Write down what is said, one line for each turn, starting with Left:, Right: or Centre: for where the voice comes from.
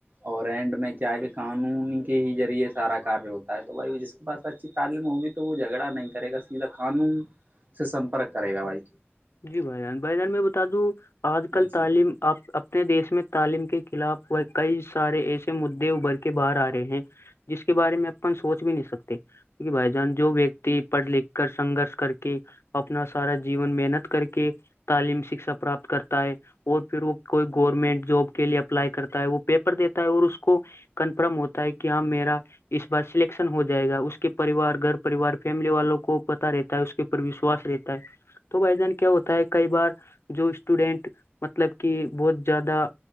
Right: اور اینڈ میں کیا ہے کہ قانون کے ہی ذریعے سارا کاریہ ہوتا ہے تو بھائی جس کے پاس اچھی تعلیم ہوگی تو وہ جھگڑا نہیں کرے گا سیدھا قانون سے سمپرک کرے گا بھائی
Left: جی بھائی جان بھائی جان میں بتا دوں آج کل تعلیم
Right: جی
Left: آپ اپنے دیش میں تعلیم کے خلاف وہ کئی سارے ایسے مدے ابھر کے باہر آ رہے ہیں جس کے بارے میں سوچ بھی نہیں سکتے کہ بھائی جان جو پڑھ لکھ کر سنگرش کر کے اپنا سارا جیون محنت کر کے تعلیم شکشا پراپت کرتا ہے اور پھر وہ کوئی گورنمنٹ جاب کے لیے اپلائی کرتا ہے وہ پیپر دیتا ہے اور اس کو کنفرم ہوتا ہے کہ ہاں میرا اس بار سلیکشن ہو جائے گا اس کے پریوار گھر پریوار فیملی والوں کو پتا رہتا ہے اس کے اوپر وشواس رہتا ہے تو بھائی جان کیا ہوتا ہے کئی بار جو اسٹوڈینٹ مطلب کہ بہت زیادہ